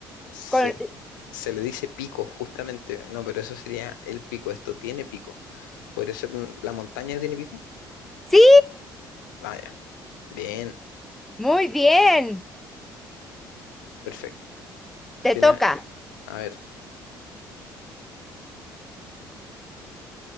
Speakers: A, on the left; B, in the centre.
A: Se,
B: con-
A: se le dice pico justamente. No, pero eso sería el pico. Esto tiene pico. ¿Podría ser un- la montaña tiene pico?
B: Sí,
A: Vaya, bien,
B: muy bien.
A: perfecto.
B: Te
A: Tiene,
B: toca.
A: a ver,